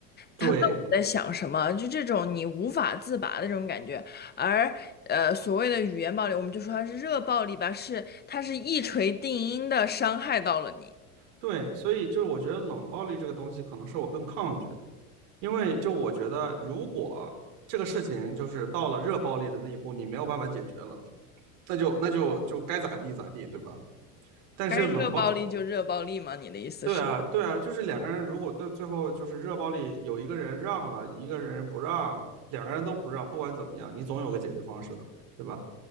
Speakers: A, on the right; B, on the left.
A: 对，
B: 他到底在想什么，就这种你无法自拔的这种感觉。而呃，所谓的语言暴力，我们就说它是热暴力吧，是它是一锤定音的伤害到了你。
A: 对，所以就是我觉得冷暴力这个东西可能是我更抗拒的，因为就我觉得如果这个事情就是到了热暴力的那一步，你没有办法解决了，那就那就就该咋地咋地，对吧？但是冷暴，
B: 该热暴力就热暴力吗？你的意思是？
A: 对啊，对啊，就是两个人如果对最后就是热暴力有一个人让了，一个人不让，两个人都不让，不管怎么样，你总有个解决方式的，对吧？